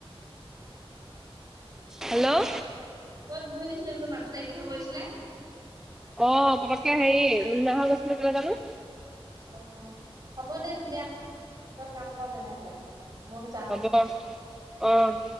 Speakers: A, in the centre; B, on the right.
A: হেল্লও
B: ক'ত ঘূৰি দিছিলি বোলো মাতটো নাইকিয়া হয় পৰিছিলে।
A: অ', পতককে হেৰি, নুশুনা হয় গৈছিলোঁ কেলে জানোঁ',
B: অ', হ'ব দে তেতিয়া, তই কাম কৰ তেনেহলে, মই যাওঁ',
A: অ', - অ',